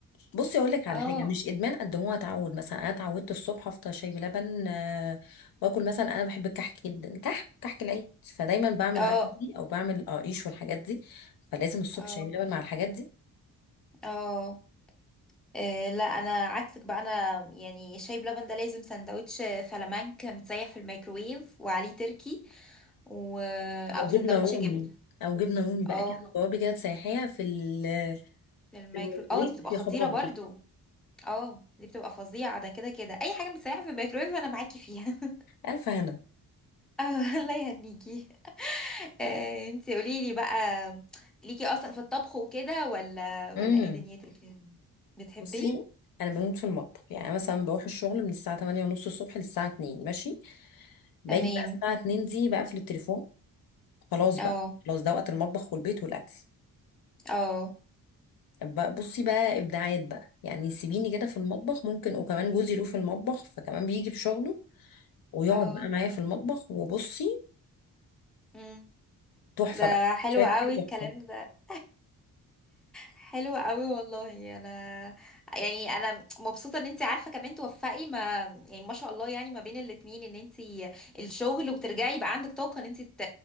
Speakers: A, on the left; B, in the centre.
A: بصي اقول لك على
B: اه
A: حاجه مش ادمان قد هو تعود مثلا انا اتعودت الصبح افطر شاي بلبن آه، واكل مثلا انا بحب الكحك جدا كحك كحك العيد فدايما بعمل
B: اه
A: عندي او بعمل قريش والحاجات دي فلازم الصبح
B: اه
A: شاي بلبن مع الحاجات دي
B: اه آه، لا انا عكسك بقى انا يعني الشاي بلبن ده لازم سندوتش فلامنك متسيح في الميكرويف وعليه تركي و... آه، او
A: او
B: سندوتش
A: جبنه رومي
B: جبنه
A: او جبنه رومي بقى
B: اه
A: كده جوابي كده تسيحيها في ال-
B: في الميكرو
A: في الميكرويف
B: اه دي بتبقى
A: يا
B: خطيره
A: خبر ابيض
B: برضو اه دي بتبقى فظيعه ده كده كده اي حاجه بتسيحها في الميكرويف انا معاكي فيها <laughs>
A: الف هنا
B: اه الله يهنيكي آه انتي قولي لي بقى ليكي اصلا في الطبخ وكده ولا ولا
A: امم
B: ايه دنيتك بتحبيه
A: بصي انا بموت في المطبخ يعني مثلا بروح الشغل من الساعه 8 ونص الصبح للساعه 2 ماشي باجي
B: تمام
A: بقى الساعه 2 دي بقفل التليفون خلاص بقى
B: اه
A: خلاص ده وقت المطبخ والبيت والاكل
B: اه
A: بقى بصي بقى ابداعات بقى يعني سيبيني كده في المطبخ ممكن وكمان جوزي له في المطبخ فكمان بيجي في شغله ويقعد
B: اه
A: بقى معايا في المطبخ وبصي
B: مم.
A: تحفه
B: ده
A: بقى
B: حلو
A: شويه
B: قوي
A: اكل
B: الكلام
A: تحفه
B: ده حلوة قوي والله انا يعني انا مبسوطة ان انت عارفة كمان توفقي ما يعني ما شاء الله يعني ما بين الاتنين ان انت الشغل وترجعي يبقى عندك طاقة ان انت ت...